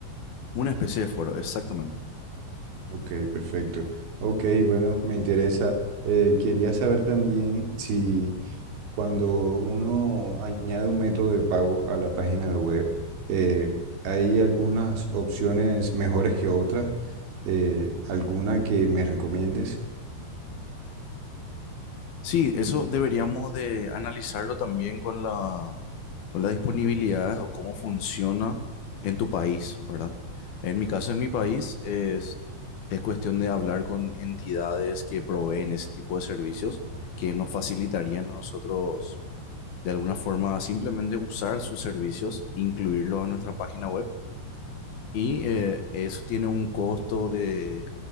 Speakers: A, on the left (about 65°); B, on the right (about 75°).
A: Una especie de foro, exactamente.
B: Ok, perfecto. Ok, bueno, me interesa. Eh, quería saber también si cuando uno añade un método de pago a la página de web, eh, hay algunas opciones mejores que otras. Eh, ¿alguna que me recomiendes?
A: Sí, eso deberíamos de analizarlo también con la, con la disponibilidad o cómo funciona en tu país, ¿verdad? En mi caso, en mi país, es, es cuestión de hablar con entidades que proveen ese tipo de servicios que nos facilitarían a nosotros, de alguna forma, simplemente usar sus servicios, incluirlos en nuestra página web y eh, eso tiene un costo de,